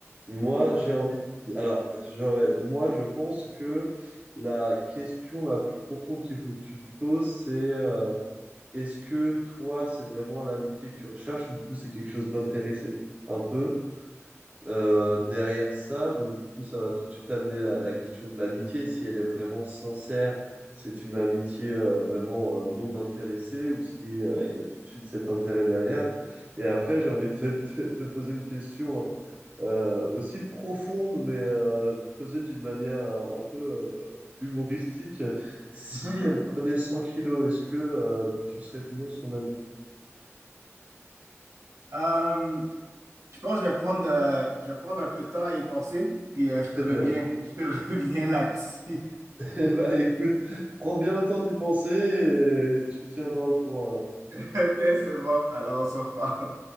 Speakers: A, on the right; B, on the right.
A: Moi, j'ai envie. Alors, j'aurais. Moi, je pense que la question la plus profonde qu'il faut que tu te poses, c'est euh, est-ce que toi, c'est vraiment l'amitié que tu recherches ou du coup, c'est quelque chose d'intéressé un peu euh, derrière ça. Donc, du coup, ça va tout de suite amener la, la question de l'amitié. Si elle est vraiment sincère, c'est une amitié euh, vraiment euh, non intéressée ou si euh, il y a tout de suite cet intérêt derrière. Et après, j'ai envie de te, te- te poser une question euh, aussi profonde, mais euh, posée d'une manière euh, un peu euh, humoristique. Si
B: <laughs>
A: elle prenait 100 kilos, est-ce que euh, tu serais toujours son ami?
B: Euh, je pense que je vais prendre, euh, je vais prendre un peu de temps à y penser, puis euh, je
A: Très
B: te reviens,
A: bien. <laughs>
B: je te <laughs> reviens là-dessus. <laughs>
A: Eh ben, écoute, prends bien le temps d'y penser et tu me tiendras au courant alors.
B: Ok, c'est bon. Alors, on se reparle.